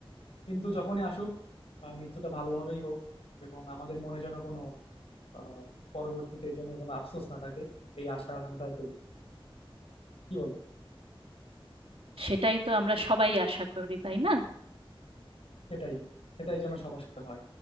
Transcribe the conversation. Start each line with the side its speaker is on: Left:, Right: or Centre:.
Left: কিন্তু যখনই আসুক আহ, মৃত্যুটা ভালোভাবেই হোক এবং আমাদের মনে যেন কোনো আহ পরবর্তীতে যেন কোনো আফসোস না থাকে এই আশা আকাঙ্ক্ষা করি কি বলো
Right: সেটাই তো আমরা সবাই আশা করি তাই না
Left: সেটাই সেটাই যেন সবার সাথে হয়